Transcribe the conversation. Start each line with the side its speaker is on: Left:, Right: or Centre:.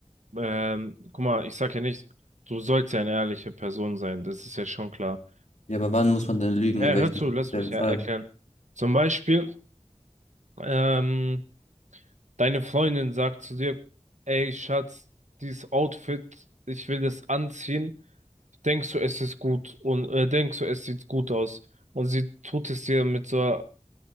Right: ähm, guck mal, ich sag ja nicht, du sollst ja eine ehrliche Person sein, das ist ja schon klar.
Left: Ja, aber wann muss man denn lügen?
Right: Ja,
Left: In welchem
Right: hör zu,
Left: speziellen
Right: lass mich ja
Left: Fall?
Right: erklären. Zum Beispiel, ähm, deine Freundin sagt zu dir, ey, Schatz, dieses Outfit, ich will das anziehen. denkst du, es ist gut und äh, denkst du, es sieht gut aus. Und sie tut es dir mit so,